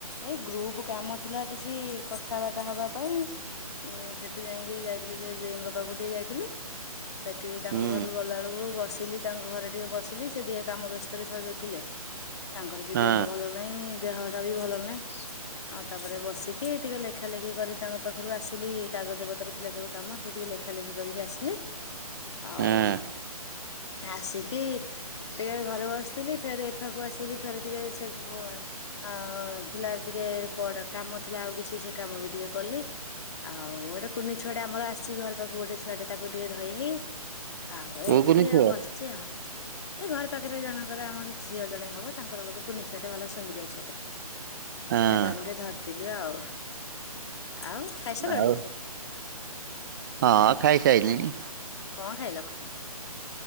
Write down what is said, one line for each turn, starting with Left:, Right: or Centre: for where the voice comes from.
Left: ଏଇ ଗ୍ରୁପ କାମ ଥିଲା କିଛି କଥାବାର୍ତ୍ତା ହବା ପାଇଁ। ଉଁ ସେଠି ଯାଇକି ଯାଇଥିଲି ସେ ଦେଇଙ୍କ ପାଖକୁ ଟିକେ ଯାଇଥିଲି। ସେଠି ତାଙ୍କ
Right: ହୁଁ
Left: ଘରୁ ଗଲାବେଳକୁ ବସିଲି ତାଙ୍କ ଘରେ ଟିକେ ବସିଲି ସେ ଟିକେ କାମ ବ୍ୟସ୍ତରେ ସହଜେ ଥିଲେ ତାଙ୍କର ବି
Right: ହଁ
Left: ଦେହ ଭଲ ନାଇଁ ଦେହ ଟା ବି ଭଲ ନାଇଁ ଆଉ ତାପରେ ବସିକି ଟିକେ ଲେଖା ଲେଖି କରି ତାଙ୍କ ପାଖରୁ ଆସିଲି କାଗଜ ପତ୍ର ଥିଲା ସବୁ କାମ ସବୁ ଟିକେ ଲେ‌ ଲେଖାଲେଖି କରିକି ଆସିଲି ଆଉ
Right: ହଁ
Left: ଆସିକି ଟିକେ ଘରେ ବସିଥିଲି ଫେରେ ଏଫାକୁ ଆସିକି ଫେରେ ଟିକେ ସେ ବ ଆ ଥିଲା ଟିକେ ପଢା କାମ ଥିଲା ଆଉ କିଛି ସେ କାମ ବି ଟିକେ କଲି। ଆଉ ଗୋଟେ କୁନି ଛୁଆଟେ ଆମର ଆସିଛି ଘର ପାଖକୁ ଗୋଟେ ଛୁଆଟେ ତାକୁ ଟିକେ ଧଇଲି। ଆଉ
Right: କହୁକୁନି
Left: ଏମିତି
Right: ପୁଅ
Left: ଆଉ ବସ୍‌ ବସିଛି ଆଉ ଏ ଘର ପାଖରେ ଜଣଙ୍କର ଆମର ଝିଅ ଜଣେ ହବ ତାଙ୍କର ଗୋଟେ ପୁ କୁନିଛୁଆଟେ ଭଲ ସୁନ୍ଦୁରୀଆ ଛୁଆଟେ
Right: ହଁ
Left: ତାକୁ ଆମେ ଟିକେ ଧରି ପକ୍ଷିବ ଆଉ ଆଉ ଖାଇସିଲାଣି?
Right: ଆଉ ହଁ ଖାଇସାଇଲିଣି।
Left: କଅଁ ଖାଇଲ।